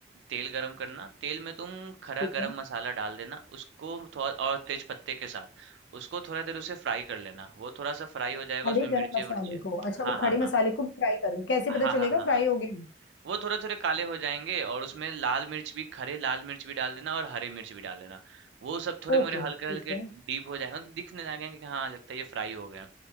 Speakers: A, on the right; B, on the left.
A: तेल गरम करना। तेल में तुम खड़ा
B: ठीक
A: गरम
B: है
A: मसाला डाल देना, उसको थोड़ा और तेज पत्ते के साथ। उसको थोड़ा देर उसे फ्राई कर लेना। वो थोड़ा सा फ्राई हो जाएगा
B: खड़े
A: उसमें मिर्चे
B: गरम मसाले
A: विर्चे।
B: को अच्छा
A: हाँ,
B: वो
A: हाँ,
B: खड़े मसाले
A: हाँ।
B: को फ्राई करूँ कैसे
A: हाँ,
B: पता
A: हाँ,
B: चलेगा
A: हाँ,
B: फ्राई
A: हाँ।
B: हो गए
A: वो थोड़े थोड़े काले हो जाएंगे और उसमें लाल मिर्च भी खड़े लाल मिर्च भी डाल देना और हरे मिर्च भी डाल देना। वो सब थोड़े
B: ओके
A: मोरे हल्के
B: ठीक
A: हल्के
B: है
A: डीप हो जाएंगे दिखने लगेंगे कि हाँ लगता है ये फ्राई हो गए